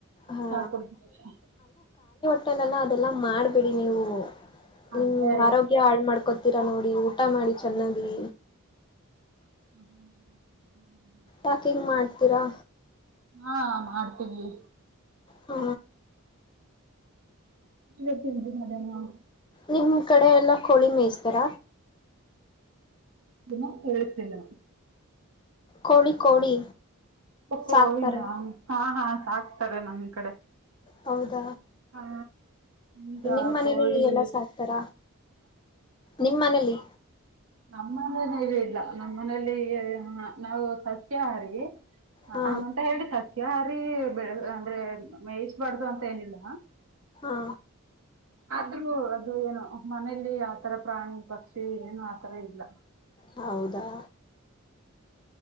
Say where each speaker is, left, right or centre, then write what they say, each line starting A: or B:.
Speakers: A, on the left (about 20°); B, on the right (about 70°).
A: ಹಾ
B: ಚಾ ಕುಡಿದ್ಮೇಲೆ.
A: ಹಂತಲ್ಲಿ ಅದೆಲ್ಲಾ ಮಾಡ್ಬೇಡಿ ನೀವು ಹೂ
B: ಅದೇ
A: ಆರೋಗ್ಯ ಹಾಳ್ ಮಾಡ್ಕೋತೀರಾ ನೋಡಿ ಊ ಟಾ ಮಾಡಿ ಚೆನ್ನಾಗಿ
B: <unintelligible>
A: ಯಾಕಿಂಗ್ ಮಾಡ್ತೀರಾ
B: ಹಾ ಮಾಡ್ತೀವಿ
A: ಹ್ಮ
B: ಏನ್ ತಿಂಡಿ ಮಧ್ಯಾನ
A: ನಿಮ್ ಕಡೆ ಎಲ್ಲಾ ಕೋಳಿ ಮೇಯಸ್ತಾರ.
B: ಏನು ಕೇಳಿಸ್ತಿಲ್ಲ
A: ಕೋಳಿ ಕೋಳಿ
B: ಕೋಳಿನ
A: ಸಾಕ್ತಾರ
B: ಹಾ ಹಾ ಸಾಕ್ತಾರೆ ನಮ್ ಕಡೆ
A: ಹೌದ
B: ಹಾ ಈಗ
A: ನಿಮ್ ಮನೇಲಿ
B: ಕೋಳಿ
A: ಎಲ್ಲಾ ಸಾಕ್ತಾರ ನಿಮ್ಮ ಮನೇಲಿ
B: ನಮ್ಮ ಮನೇಲಿ ಇಲ್ಲ ನಮ್ಮ ಮನೇೆಯಲ್ಲಿ ನಾವು ಸಸ್ಯಾಹಾರಿ
A: ಹಾ
B: ಹಂಗ ಅಂತ ಹೇಳಿ ಸಸ್ಯಹಾರಿ ಬೆಳ ಅಂದ್ರೆ ಮೇಯಿಸಬಾರ್ದು ಅಂತ ಏನಿಲ್ಲ
A: ಹಾ
B: ಆದ್ರೂ ಅದು ಏನು ಮನೇಲಿ ಆತರ ಪ್ರಾಣಿ ಪಕ್ಷಿ ಏನು ಆತರ ಇಲ್ಲ
A: ಹೌದಾ